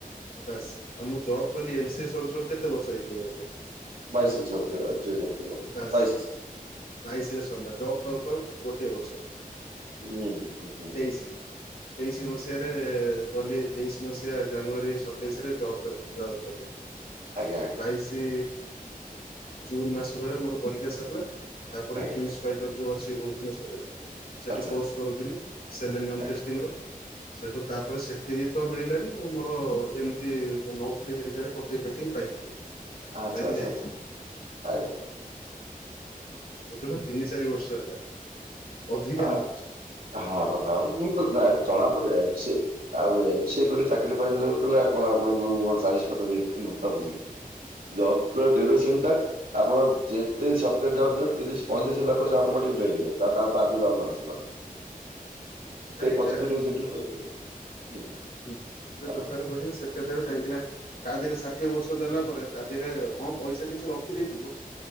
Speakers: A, on the left; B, on the right.
A: ବାସ ଆଉ ମୁଁ ଜବ୍ କଲି ଏମ ସି ଏ ସରୁ ସରୁ କେତେ ବର୍ଷ ହେଇଥିବ ମୋତେ?
B: ବାଇଶିରେ ସରଥିବ ଜି ସରଥିବ
A: ବାସ୍
B: ବାଇଶ।
A: ବାଇଶି ରେ ସରଲା ଜବ୍ ପା ପାଉ ଗୋଟିଏ ବର୍ଷ।
B: ହୁଁ ହୁଁ ହୁଁ ହୁଁ।
A: ତେଇଶି ତେଇଶି ମସିହାରେ କ ତେଇଶି ମସିହା ଜାନୁଆରୀ ସତେଇଶ ରେ ଜବ ଜବ କଲି।
B: ଆଜ୍ଞା ଆଜ୍ଞା
A: ବାଇଶି ଜୁନ ମାସ ବେଳେ ମୋର ପରୀକ୍ଷା ସାରିଲା ତାପରେ
B: ଆଜ୍ଞା
A: କ୍ଯୁସ୍ପାଇଡର ଯୋଉ ଅଛି ଭୁବନେଶ୍ଵରରେ ସେଠି
B: ଆଚ୍ଛା
A: କୋସ କରୁଥିଲ <unintelligible>
B: ଆଜ୍ଞା
A: ରୁ ସେଠୁ ତାପରେ ସେ ସେଠିକ ତ ମିଳିଲାନି ମୁଁ ମୋର ଏମିତି ନୌକ୍ରି ହେରିକାରେ ପକେଇ ପକେଇ ପାଇଥିଲି।
B: ଆଚଛା
A: ପାଇକି
B: ଆଚଛା
A: ଯାଇଥିଲି
B: ଆଚଛା ଆଜ୍ଞା।
A: ମୋର ଜମା ତିନି ଚାରି ବର୍ଷ ହେଲା। ଅଧିକା
B: ଆଛା
A: ନୁହଁ
B: ହଁ ବତାବ ବା ଜଣା <unintelligible> ଆଉ ଏମ ସିଏ କରି ଚାକିରି ପାଇ କ କଣ ଆପଣଙ୍କୁ ଚାଳିଶ ପଚାଶ <unintelligible> ବୁଝିଲି। ଜବ ର ଡ୍ୟୁରେସନ ଟା? ଆପଣ ଯେତେ ସଫ୍ଟାର ଯାଉଛନ୍ତି ତିରିଶ ପଇଁତିରିଶ ହେଲା ପରେ ସେ ଅଟୋମେଟିକ ବ୍ରେକ୍ ହେଇଗଲେ। ତା ତା ଆଉ ତା ଆଗକୁ ଯାଉନାହାନ୍ତି ସେମାନେ।
A: କାହିଁକି
B: ସେଇ ପଚିଶ
A: ନା
B: <unintelligible>
A: ହୁଁ ଯୋଉ
B: ହାଲୋ
A: ବେପାର କରିବି ସେଟା ଦେବେ କାହିଁକି ନା ତା ଦେହରେ ଷାଠିଏ ବର୍ଷ ଦେଲା ପରେ ତା ଦେହରେ ହଁ ପଇସା କିଛି ରଖିଦେଇଥିବ।